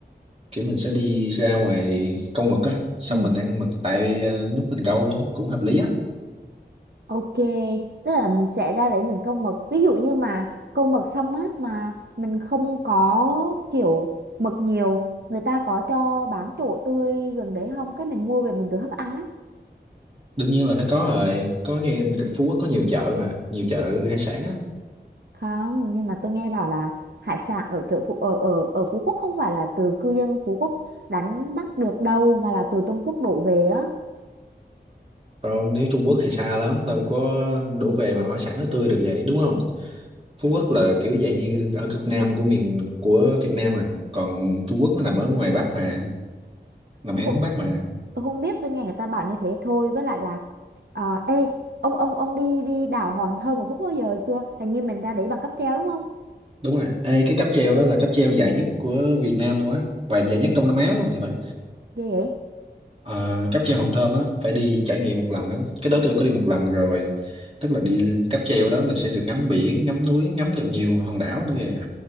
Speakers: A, on the right; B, on the right.
A: kiểu mình sẽ đi ra ngoài câu mực á xong
B: ừ
A: mình ăn mực tại ờ, lúc mình câu luôn cũng hợp lý á
B: ok tức là mình sẽ ra để mình câu mực ví dụ như mà câu mực xong á mà mình không có kiểu mực nhiều người ta có cho bán chỗ tươi gần đấy không cái mình mua về mình tự hấp ăn á
A: đương nhiên là phải có rồi có nghe Phú Quốc có nhiều chợ mà nhiều chợ hải sản á
B: không nhưng mà tôi nghe bảo là hải sản ở chợ Phú ở ở ở Phú Quốc không phải là từ cư dân Phú Quốc đánh bắt được đâu mà là từ Trung Quốc đổ về á
A: còn nếu Trung Quốc thì xa lắm đâu có đổ về mà hải sản nó tươi được vậy đúng không Phú Quốc là kiểu dạng như ở cực nam của miền của Việt Nam rồi còn Trung Quốc nó nằm ở ngoài Bắc mà nằm
B: tôi
A: ở
B: không,
A: hướng Bắc mà
B: tôi không biết tôi nghe người ta bảo như thế thôi với lại là à, ê ông ông ông đi đi đảo Hòn Thơm một phút bao giờ chưa hình như mình ra để bằng cáp treo đúng không
A: đúng rồi Ê, cái cáp treo đó là cáp treo dài nhất của Việt Nam luôn á và dài nhất Đông Nam Á luôn thì phải
B: ghê vậy
A: À, cáp treo Hòn Thơm á phải đi trải nghiệm một lần á cái đó tôi có đi một lần rồi tức là đi cáp treo đó mình sẽ được ngắm biển ngắm núi ngắm được nhiều hòn đảo nữa kìa